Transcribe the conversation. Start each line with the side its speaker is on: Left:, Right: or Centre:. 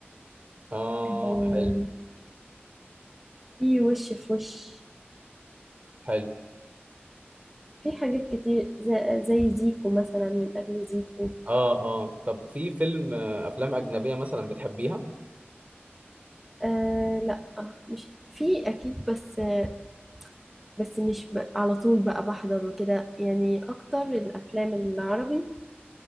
Right: اه
Centre: آه،
Right: حلو
Centre: في وش في وش
Right: حلو
Centre: في حاجات كتير زي, زي زيكو مثلا من أجل زيكو
Right: اه اه طب في فيلم آه، افلام اجنبيه مثلا بتحبيها
Centre: آه لا آه مش في أكيد بس آه بس مش ب... على طول بقى بحضر وكده يعني أكتر الأفلام العربي